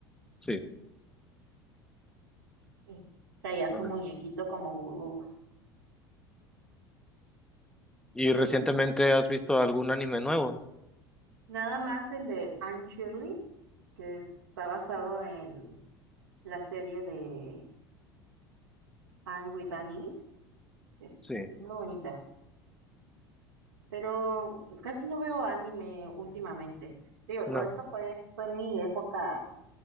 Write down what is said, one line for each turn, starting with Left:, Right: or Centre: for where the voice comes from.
Centre: sí.
Right: y traía
Centre: órale.
Right: su muñequito como vudú.
Centre: ¿Y
Right: ¿De
Centre: recientemente
Right: quién?
Centre: has visto algún anime nuevo?
Right: Nada más el de Anne Shirley, que está basado en la serie de Anne with Annie. Es,
Centre: Sí,
Right: es muy bonita, pero casi no veo anime últimamente. Digo,
Centre: no.
Right: todo esto fue, fue en mi época,